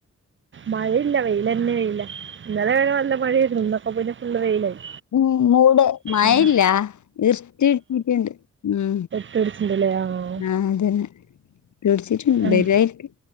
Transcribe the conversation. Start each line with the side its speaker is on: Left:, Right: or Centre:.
Right: മഴയില്ല വെയിലന്നെ വെയിലാ ഇന്നലെ വേ നല്ല മഴായിരുന്നു ഇന്നൊക്കെ പോയിന്നെ ഫുള്ള് വെയിലായി
Left: ഉം മൂട് മഴയില്ല
Right: ഉം.
Left: ഇർത്തി ഇട്ടിട്ടുണ്ട് ഉം
Right: ടിച്ചിട്ടല്ലേ ആഹ്
Left: ആഹ് അതന്നെ വേട്ച്ചിട്ട്
Right: ഉം.
Left: വരുആയിരിക്കും